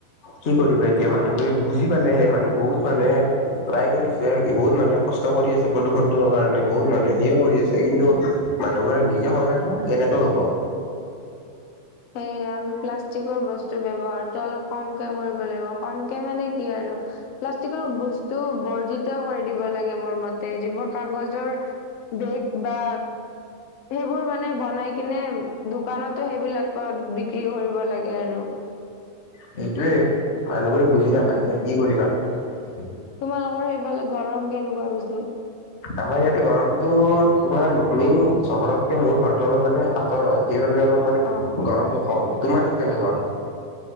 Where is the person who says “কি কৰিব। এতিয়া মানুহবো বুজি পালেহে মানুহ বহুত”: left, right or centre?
Left